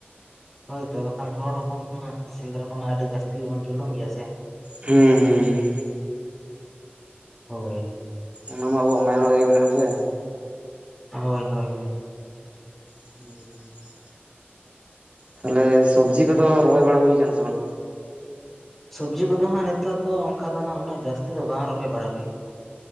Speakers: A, in the centre; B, on the right (about 35°).
A: ᱦᱳᱭ ᱛᱚ ᱵᱟᱠᱷᱟᱱ ᱦᱚᱲ ᱦᱚᱯᱚᱱ ᱠᱚ ᱢᱟ ᱥᱮᱸᱫᱽᱨᱟ ᱠᱚᱢᱟ ᱟᱹᱰᱤ ᱡᱟᱹᱥᱛᱤ ᱜᱮᱵᱚᱱ ᱡᱩᱞᱩᱢ ᱜᱮᱭᱟ ᱥᱮ
B: ᱦᱩᱸ ᱦᱩᱸ
A: ᱦᱳᱭ
B: ᱚᱱᱟ ᱢᱟ ᱟᱵᱚᱣᱟᱜ ᱢᱟᱭᱟᱝ ᱨᱮᱜᱮ ᱢᱮᱱᱟᱜᱼᱟ ᱥᱮ?
A: ᱦᱳᱭ ᱦᱳᱭ ᱦᱳᱭ
B: ᱦᱩᱸ ᱛᱟᱦᱚᱞᱮ ᱥᱚᱵᱡᱤ ᱠᱚᱫᱚ ᱨᱚᱦᱚᱭ ᱵᱟᱲᱟ ᱦᱩᱭᱩᱠ ᱥᱮ ᱵᱟᱝ?
A: ᱥᱚᱵᱽᱡᱤ ᱠᱚᱫᱚ ᱦᱟᱸᱜ ᱱᱤᱛᱚᱜ ᱫᱚ ᱚᱱᱠᱟ ᱫᱚ ᱦᱟᱸᱜ ᱩᱱᱟᱹᱜ ᱡᱟᱹᱥᱛᱤ ᱫᱚ ᱵᱟᱝ ᱨᱚᱦᱚᱭ ᱵᱟᱲᱟ ᱦᱩᱭᱩ ᱠᱟᱱᱟ᱾